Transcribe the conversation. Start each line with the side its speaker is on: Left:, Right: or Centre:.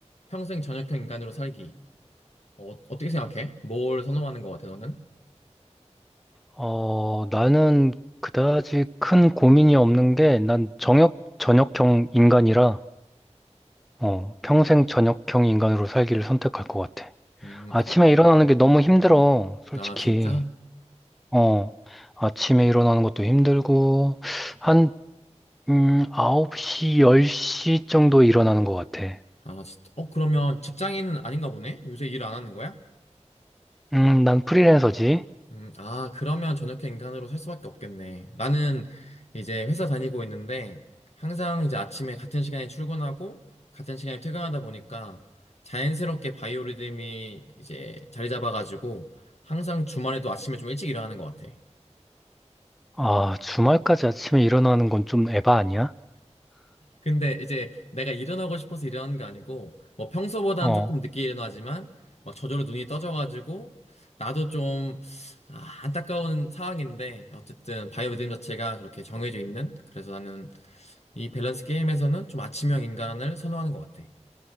Left: 평생 저녁형 인간으로 살기. 어, 떻게 생각해? 뭘 선호하는 것 같아, 너는?
Centre: 어, 나는 그다지 큰 고민이 없는 게 난 정역, 저녁형 인간이라, 어, 평생 저녁형 인간으로 살기를 선택할 것 같아.
Left: 음,
Centre: 아침에
Left: 어,
Centre: 일어나는 게 너무 힘들어, 솔직히.
Left: 아, 진짜?
Centre: 어, 아침에 일어나는 것도 힘들고, 한, 음, 9시, 10시 정도에 일어나는 것 같아.
Left: 아, 진짜? 어, 그러면 직장인은 아닌가 보네? 요새 일 안 하는 거야?
Centre: 음, 난 프리랜서지.
Left: 음, 아, 그러면 저녁형 인간으로 살 수밖에 없겠네. 나는 이제 회사 다니고 있는데 항상 이제 아침에 같은 시간에 출근하고 같은 시간에 퇴근하다 보니까 자연스럽게 바이오리듬이 이제 자리 잡아가지고 항상 주말에도 아침에 좀 일찍 일어나는 것 같아.
Centre: 아, 주말까지 아침에 일어나는 건 좀 에바 아니야?
Left: 근데 이제 내가 일어나고 싶어서 일어나는 게 아니고 뭐 평소보다는
Centre: 어,
Left: 조금 늦게 일어나지만 막 저절로 눈이 떠져가지고 나도 좀 아, 안타까운 상황인데 어쨌든 바이오 리듬 자체가 그렇게 정해져 있는 그래서 나는 이 밸런스 게임에서는 좀 아침형 인간을 선호하는 것 같아.